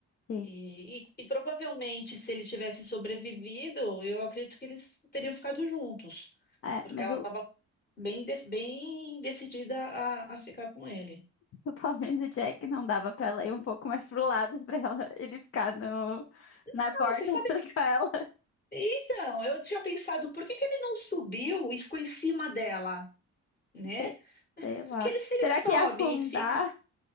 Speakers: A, on the left; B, on the left.
A: sim.
B: E, e, e provavelmente, se ele tivesse sobrevivido, eu acredito que eles teriam ficado juntos,
A: É,
B: porque
A: mas
B: ela
A: o,
B: estava bem, de- bem decidida a, a ficar com ele.
A: <laughs> Se o pobrinho do Jack não dava pra ela ir um pouco mais pro lado pra ela, ele ficar no, na
B: Ah,
A: porta
B: Você sabe
A: <laughs> junto com ela.
B: Então, eu tinha pensado, por que que ele não subiu e ficou em cima dela, né?
A: Sei, sei lá.
B: Porque ele, se
A: Será
B: ele sobe
A: que ia afundar?
B: e fica.